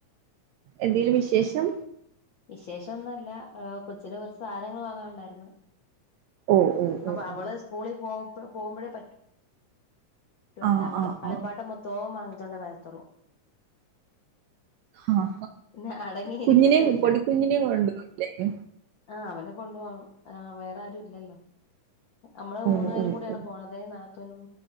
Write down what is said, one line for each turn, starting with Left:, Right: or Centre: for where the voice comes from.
Right: എന്തേലും വിശേഷം
Left: വിശേഷൊന്നല്ല കൊച്ചിന് കൊറച്ച് സാധനങ്ങൾ വാങ്ങാനുണ്ടായിരുന്നു
Right: ഓ ഓ
Left: അപ്പൊ
Right: ഓ
Left: അവള്
Right: ഓ
Left: സ്കൂളി പോവും പ്പൊ പോകുമ്പോഴേ പറ്റു ക്കുവെല്ല
Right: ആ
Left: അവളെ
Right: ആ
Left: കളിപ്പാട്ടം
Right: ആ
Left: മൊത്തോം വാങ്ങി ച്ചോണ്ടേ വരത്തുള്ളൂ
Right: ആ
Left: പിന്നെ അടങ്ങിയിരിക്കത്തും
Right: കുഞ്ഞിനേം പൊടിക്കുഞ്ഞിനെ കൊണ്ടുപോവത്തില്ലേ
Left: ആ അവനെ കൊണ്ടു പോണം ആ വേറെ ആരുല്ലല്ലോ നമ്മള്
Right: ഓ
Left: മൂന്നു പേരും
Right: ഓ
Left: കൂടിയാണ്
Right: ഓ
Left: പോണതെ നാത്തൂനും